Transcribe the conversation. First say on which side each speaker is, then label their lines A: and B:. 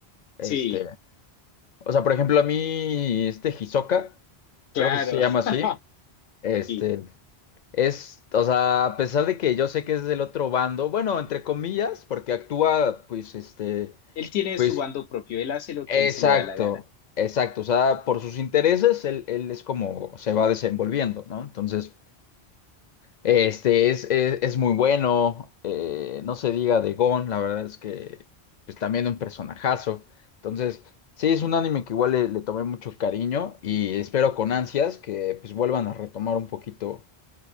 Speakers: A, on the left (about 55°); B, on the left (about 85°).
A: Este,
B: Sí,
A: o sea, por ejemplo, a mí este Hisoka,
B: claro,
A: creo que sí se llama así,
B: <laughs>
A: este,
B: sí.
A: es, o sea, a pesar de que yo sé que es del otro bando, bueno, entre comillas, porque actúa, pues, este,
B: Él tiene
A: pues,
B: su bando propio, él hace lo
A: exacto,
B: que él se le da la gana.
A: exacto, o sea, por sus intereses, él, él es como se va desenvolviendo, ¿no? Entonces... Este es, es, es muy bueno, eh, no se diga de Gon, la verdad es que pues también un personajazo. Entonces, sí, es un anime que igual le, le tomé mucho cariño y espero con ansias que pues vuelvan a retomar un poquito